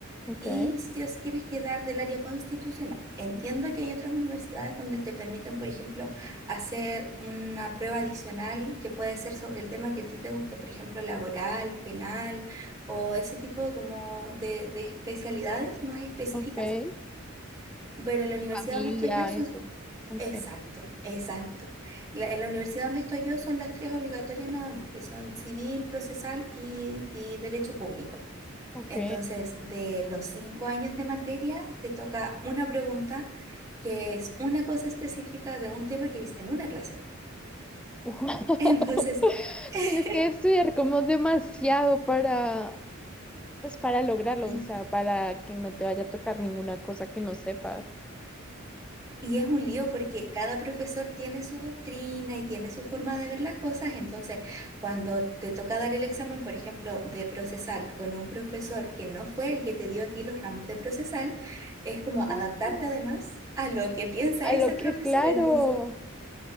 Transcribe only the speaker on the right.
y sí os tienes que dar del área constitucional. Entiendo que hay otras universidades donde te permiten, por ejemplo, hacer una prueba adicional que puede ser sobre el tema que a ti te guste, por ejemplo, laboral, penal o ese tipo como de, de especialidades más específicas,
pero en la universidad
donde estoy yo son...
Exacto, exacto. La- en la universidad donde estoy yo son las tres obligatorias nada más, que son civil, procesal y y derecho público.
Entonces, de los cinco años de materia, te toca una pregunta que es una cosa específica de un tema que viste en una clase.
Entonces, <laughs>
y,
y es un lío porque cada profesor tiene su doctrina y tiene su forma de ver las cosas. Entonces, cuando te toca dar el examen, por ejemplo, de procesal con un profesor que no fue el que te dio a ti los ramos de procesal, es como
adaptarte además a lo que piensa
ese
profesor.
Entonces,